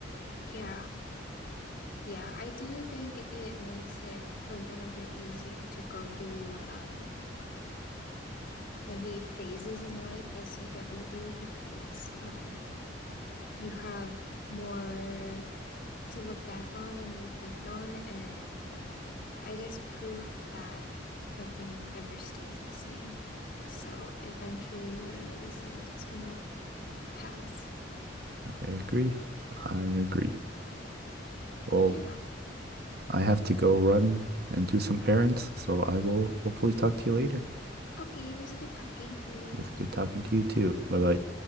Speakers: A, on the left; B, on the right.
A: Yeah. Yeah, I do think it makes it a little bit easier to go through um, maybe phases in life as you get older because um, you have more to look back on and reflect on, and uh, I guess proof that nothing ever stays the same. So eventually, whatever this is, is gonna pass.
B: I agree. I agree. Well,
A: Yeah.
B: I have to go run and do some errands, so I will hopefully talk to you later.
A: Okay, it was good talking to you.
B: It's good talking to you too. Bye bye.